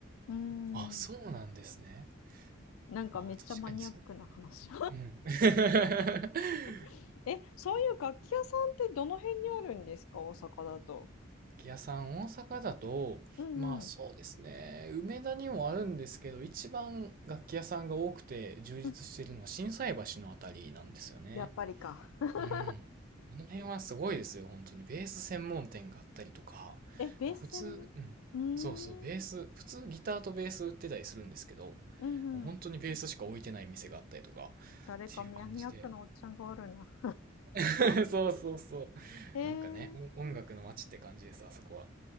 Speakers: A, on the left (about 80°); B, on the right (about 45°).
A: うー
B: あ、そうなんですね。
A: ん。なんかめっちゃマニアックな話。
B: あ、確かにそううん。<laughs>
A: <laughs> え、そういう楽器屋さんってどの辺にあるんですか、大阪だと。
B: 楽器屋さん、大阪だと、
A: うんうん。
B: まあそうですね、梅田にもあるんですけど、一番楽器屋さんが多くて充実してるのは心斎橋のあたりなんですよね。
A: うんやっぱりか。<laughs>
B: うん。この辺はすごいですよ、本当に。ベース専門店があったりとか、
A: え、ベース専門う
B: まあ普通、うん。そうそう、ベース、
A: ーん。
B: 普通ギターとベース売ってたりするんですけど、
A: うんうん。
B: もう本当にベースしか置いてない店があったりとか、
A: 誰かマニアックなおっちゃんがおるな。
B: っていう感じで。<laughs> そうそうそう。
A: <laughs> えー
B: なんかね、音楽の街って感じです、あそこは。